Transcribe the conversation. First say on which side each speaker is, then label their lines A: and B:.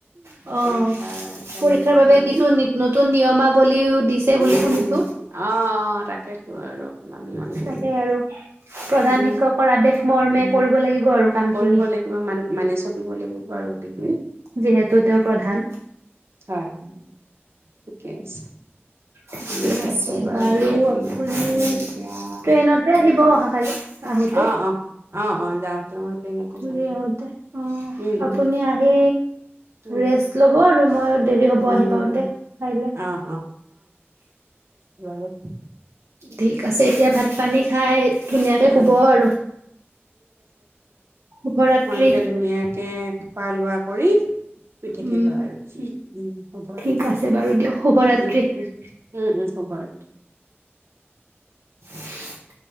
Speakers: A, on the right; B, on the right.
A: অ',
B: পৰীক্ষা কাইলৈ
A: পৰীক্ষাৰ
B: দ্বিতীয়
A: বাবে কিছু
B: দিন
A: নি নতুন নিয়মাৱলীও দিছে বুলি
B: উম
A: শুনিছো।
B: অ তাকেইতো আৰু অকমান মানে
A: তাকে আৰু প্ৰধান
B: উ
A: শিক্ষকৰ আদেশ মৰ্মে
B: উ
A: কৰিব লাগিব আৰু কাম খিনি
B: কৰিব লাগিব মান মানি চন লে বাৰগুটিতি
A: যিহেতু তেওঁ প্ৰধান
B: হয় হয় ঠিকে আছে
A: ঠিকে
B: ঠিক
A: আছে বাৰু
B: দিয়া তেনেহ'লে
A: আপুনি
B: এতিয়া
A: ট্ৰেইনতে
B: ট্ৰেইনত
A: আহিব অহাকালি আহোতে
B: অ', অ', অ অ যাওঁতে মই ট্ৰেইনতে
A: ঘূৰি
B: যাম।
A: আহোঁতে।
B: উম, উম,
A: অ'আপুনি আহি
B: উম।
A: ৰেষ্ট ল'ব আৰু মই দেৰি হ'ব
B: উম,
A: আহি পাওতে কাইলে।
B: অ', উ <unintelligible>
A: ঠিক আছে এতিয়া ভাত-পানী খাই ধুনীয়াকে শুব
B: অ',
A: আৰু শুভৰাত্ৰি।
B: ধুনিয়া। খোৱা-লোৱা কৰি। পঠিব
A: উম,
B: উ শৱৰাত্ৰি উম,
A: ঠিক আছে বাৰু
B: উম।
A: দিয়ক শুভৰাত্ৰি।
B: উম, উম শুভৰাত্ৰী।
A: <unintelligible>